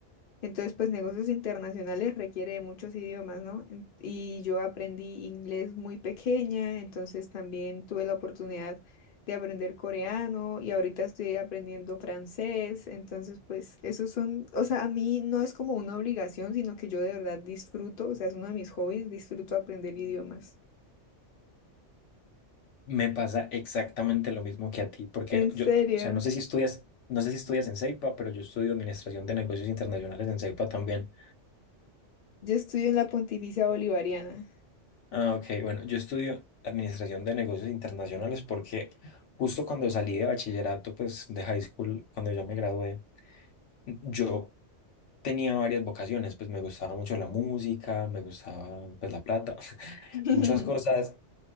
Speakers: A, on the left; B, on the left.
A: Entonces, pues negocios internacionales requiere de muchos idiomas, ¿no? En- Y yo aprendí inglés muy pequeña, entonces también tuve la oportunidad de aprender coreano y ahorita estoy aprendiendo francés, entonces pues esos son, o sea, a mí no es como una obligación, sino que yo de verdad disfruto, o sea, es uno de mis hobbies, disfruto aprender idiomas.
B: Me pasa exactamente lo mismo que a ti, porque
A: ¿En serio?
B: yo, o sea, no sé si estudias, no sé si estudias en CEIPA, pero yo estudio Administración de Negocios Internacionales en CEIPA también.
A: Yo estudio en la Pontificia Bolivariana.
B: Ah, ok, bueno, yo estudio Administración de Negocios Internacionales porque justo cuando salí de bachillerato, pues de high school, cuando yo me gradué, yo tenía varias vocaciones, pues me gustaba mucho la música, me gustaba pues la plata, <laughs>
A: <laughs>
B: muchas cosas,